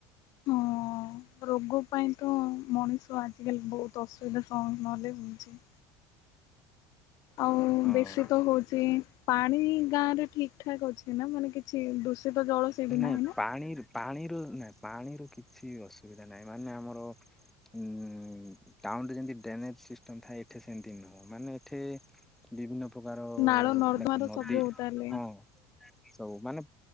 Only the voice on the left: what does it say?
ହଁ ରୋଗ ପାଇଁ ତ ମଣିଷ ଆଜିକାଲି ବହୁତ ତ ଅସୁବିଧା ସମ୍ମୁଖ ନହଲେ ହେଉଛି ଆଉ
ବେଶି ତ ହଉଛି ପାଣି ତ ଗାଁରେ ଠିକ୍ ଠାକ୍ ଅଛି ନା ମାନେ କି କିଛି ଦୂଷିତ ଜଳ ସେଇଠୁ
ନାହିଁ ନା
ନାଳ ନର୍ଦ୍ଦମାର
ସବୁ ତାହେଲେ